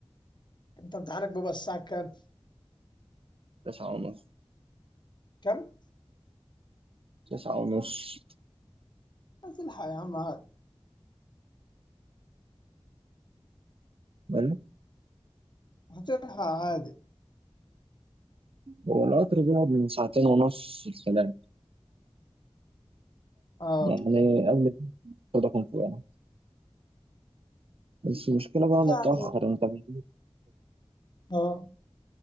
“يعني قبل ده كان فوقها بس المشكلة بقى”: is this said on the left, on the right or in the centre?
Right